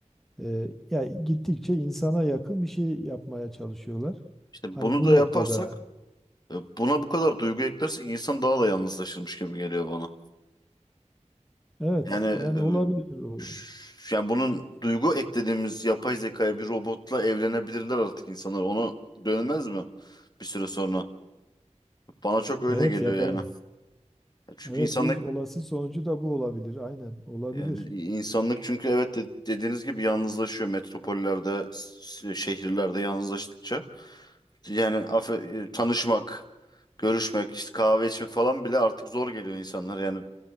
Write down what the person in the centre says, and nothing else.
e, ya gittikçe insana yakın bir şey yapmaya çalışıyorlar.
Hani
bu
noktada
Evet
yani olabilir. o.
Evet
ya
be.
Evet
bir olası sonucu da bu olabilir. Aynen olabilir.